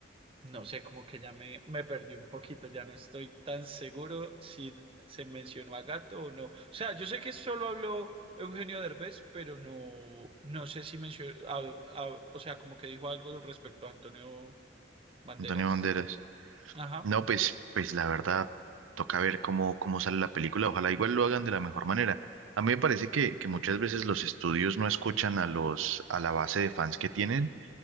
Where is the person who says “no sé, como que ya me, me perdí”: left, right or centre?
Right